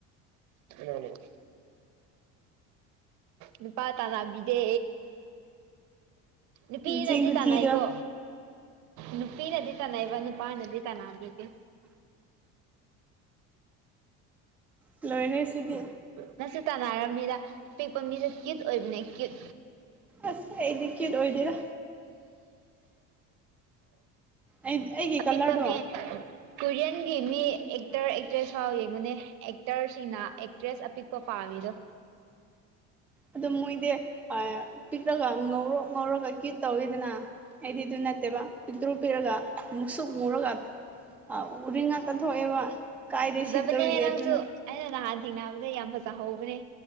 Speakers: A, on the right (about 65°); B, in the centre.
A: ꯀꯟꯅꯥꯅꯦꯕ ꯅꯨꯄꯥ ꯇꯥꯟꯅꯕꯤꯗꯦ ꯅꯨꯄꯤꯅꯗꯤ
B: ꯆꯦꯡ ꯈꯨꯊꯤꯗꯣ
A: ꯇꯥꯟꯅꯩꯀꯣ ꯅꯨꯄꯤꯅꯗꯤ ꯇꯥꯟꯅꯩꯕ ꯅꯨꯄꯥꯅꯗꯤ ꯇꯥꯟꯅꯕꯤꯗꯦ
B: ꯂꯣꯏꯔꯦ ꯁꯤꯗꯤ
A: ꯅꯪꯁꯨ ꯇꯥꯟꯅꯔꯝꯅꯤꯗ ꯑꯄꯤꯛꯄ ꯃꯤꯁꯦ ꯀ꯭ꯌꯨꯠ ꯑꯣꯏꯕꯅꯦ ꯀ꯭ꯌꯨꯠ
B: ꯑꯁ ꯑꯩꯗꯤ ꯀ꯭ꯌꯨꯠ ꯑꯣꯏꯗꯦꯗ ꯑꯩ ꯑꯩꯒꯤ
A: ꯑꯄꯤꯛꯄ
B: ꯀꯂꯔꯗꯣ
A: ꯃꯤ ꯀꯨꯔꯤꯌꯟꯒꯤ ꯃꯤ ꯑꯦꯛꯇꯔ ꯑꯦꯛꯇ꯭ꯔꯦꯁ ꯐꯥꯎ ꯌꯦꯡꯉꯨꯅꯦ ꯑꯦꯛꯇꯔꯁꯤꯡꯅ ꯑꯦꯛꯇ꯭ꯔꯦꯁ ꯑꯄꯤꯛꯄ ꯄꯥꯝꯃꯤꯗꯣ
B: ꯑꯗꯨꯝ ꯃꯣꯏꯗꯤ ꯑꯥꯏ ꯄꯤꯛꯔꯒ ꯉꯧꯔꯣꯛ ꯉꯧꯔꯒ ꯀ꯭ꯌꯨꯠ ꯇꯧꯋꯤꯗꯅ ꯑꯩꯗꯤ ꯑꯗꯨ ꯅꯠꯇꯦꯕ ꯄꯤꯛꯇ꯭ꯔꯨ ꯄꯤꯔꯒ ꯃꯨꯛꯁꯨꯛ ꯃꯨꯔꯒ ꯑ ꯎꯔꯤꯡ ꯉꯥꯛꯇ ꯊꯣꯛꯑꯦꯕ ꯀꯥꯏꯗꯩ
A: ꯐꯖꯕꯅꯦ
B: ꯁꯤꯠꯇꯧꯔꯤꯒꯦ
A: ꯅꯪꯁꯨ
B: ꯑꯗꯨꯅ
A: ꯑꯩꯅ ꯅꯍꯥꯟ ꯊꯦꯡꯅꯕꯗ ꯌꯥꯝ ꯐꯖꯍꯧꯕꯅꯦ